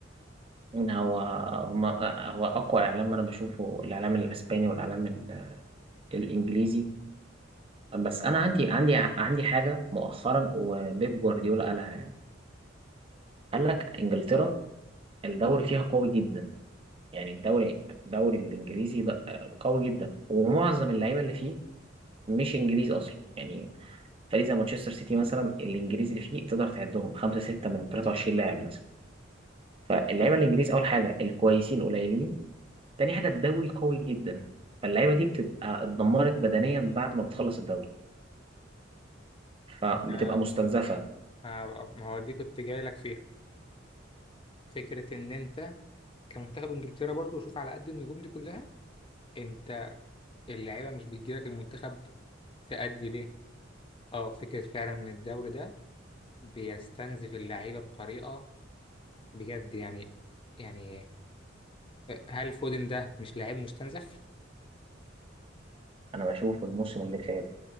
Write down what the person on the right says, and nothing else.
إن هو هم هو أقوى إعلام أنا بشوفه الإعلام الأسباني والإعلام ال- الإنجليزي بس أنا عندي عندي عندي حاجة مؤخرا وبيب جوارديولا قالها يعني قال لك إنجلترا الدوري فيها قوي جدا يعني الدوري الدوري الإنجليزي ده قوي جدا ومعظم اللعيبة اللي فيه مش إنجليز أصلا يعني فريق زي مانشستر سيتي مثلا الانجليزي اللي فيه تقدر تعدهم خمسه سته من 23 لاعب مثلا فاللعيبه الانجليز اول حاجه الكويسين قليلين تاني حاجه الدوري قوي جدا فاللعيبه دي بتبقى اتدمرت بدنيا بعد ما بتخلص الدوري فبتبقى
مستنزفه
انا بشوف الموسم اللي فات